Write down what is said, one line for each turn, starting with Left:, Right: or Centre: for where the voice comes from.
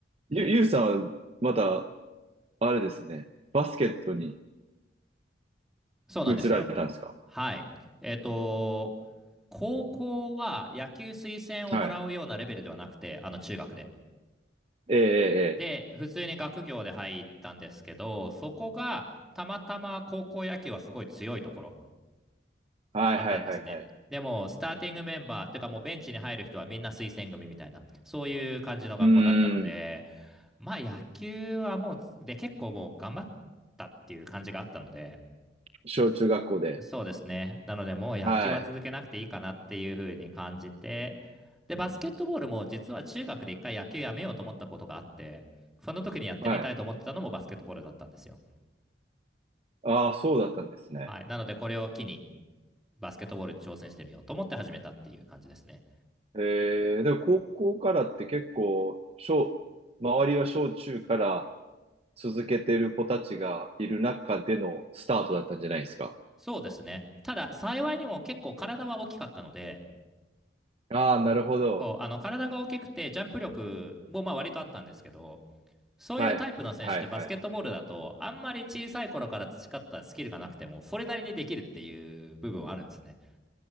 Right: ゆ、ゆうさん、また、あれですね。バスケットに
Centre: そうなんですよ。
Right: 移られたんですか
Centre: はい。えっと、高校は野球推薦をもらうようなレベルではなくて、
Right: はい。
Centre: あの、中学で。
Right: ええ、ええ、
Centre: で、
Right: ええ
Centre: 普通に学業で入ったんですけど、そこがたまたま高校野球はすごい強いところ
Right: はい、
Centre: だったんですね。
Right: はい、はい、はい。
Centre: でも、スターティングメンバー、てかもうベンチに入る人はみんな推薦組みたいな、そういう感じの学校だったので、
Right: うーん。
Centre: まあ野球はもう、で、結構もう頑張ったっていう感じがあったので、
Right: 小中学校で。
Centre: そうですね。なので、もう野球は続けなくていいかなっていうふうに感じて、
Right: はい、
Centre: で、バスケットボールも実は中学で一回野球やめようと思ったことがあって、その時にやってみたいと思ってたのもバスケットボールだったんですよ。
Right: はい。ああ、そうだったんですね。
Centre: はい。なので、これを機にバスケットボールに挑戦してみようと思って始めたっていう感じですね。
Right: ええ、でも高校からって結構、小、周りは小中から続けてる子たちがいる中でのスタートだったんじゃないですか。
Centre: そうですね。ただ、幸いにも結構体は大きかったので、
Right: ああ、なるほど。
Centre: そう、あの体が大きくて、ジャンプ力もまあ割とあったんですけど、そういうタイプの選手ってバスケットボールだと、
Right: はい、はい、はい。
Centre: あんまり小さい頃から培ったスキルがなくても、それなりにできるっていう部分はあるんですね。